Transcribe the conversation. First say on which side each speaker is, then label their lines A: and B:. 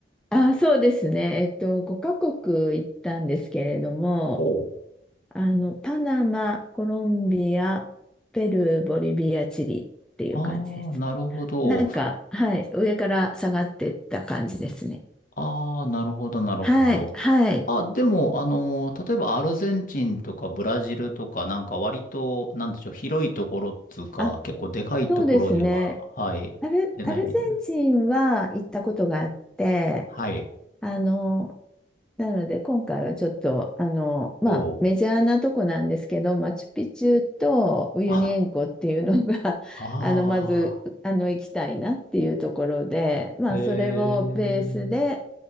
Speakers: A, in the centre; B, on the left.
A: あ、そうですね。えっと、5カ国行ったんですけれども、
B: おう。
A: あの、パナマ、コロンビア、ペルー、ボリビア、チリっていう感じです。
B: ああ、なるほど。
A: なんか、はい、上から下がってった感じですね。
B: ああ、なるほど、なるほど。
A: はい、はい。
B: あ、でも、あのー、例えばアルゼンチンとかブラジルとか、なんか割と、なんでしょう、広いところっつうか、
A: あ、
B: 結構でかいところには、
A: そうですね。
B: はい、
A: アル、
B: 出ないみたいな。
A: アルゼンチンは行ったことがあって、
B: はい。
A: あの、なので今回はちょっと、あの、まあメジャーなとこなんですけど、
B: おお。
A: マチュピチュとウユニ塩湖っていうのが
B: あ、
A: <laughs>、
B: ああ、
A: あの、まず、あの、行きたいなっていうところで、まあそれをベースで、
B: ええ、